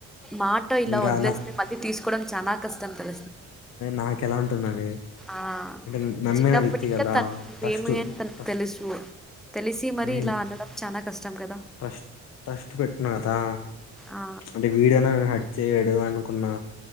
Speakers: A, in the centre; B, on the left.
A: మాట ఇలా
B: ఇంకా
A: వదిలేస్తే
B: నా
A: మళ్ళీ తీసుకోవడం చాలా కష్టం తల్
B: నాకు ఎలా ఉంటుందండి
A: ఆ
B: అంటే నమ్మిన
A: చిన్నప్పటి
B: వ్యక్తి
A: ఇంకా
B: కదా
A: తను
B: ట్రస్ట్
A: ఏమి అని తన
B: ట్రస్ట్
A: తెలుసు తెలిసి మరి
B: ఉమ్
A: ఇలా అనడం చాలా కష్టం కదా
B: ట్రస్ట్ ట్రస్ట్ పెట్టినా కదా
A: ఆ!
B: అంటే వీడనా హట్ చేయ అడుగుదాం అనుకున్నా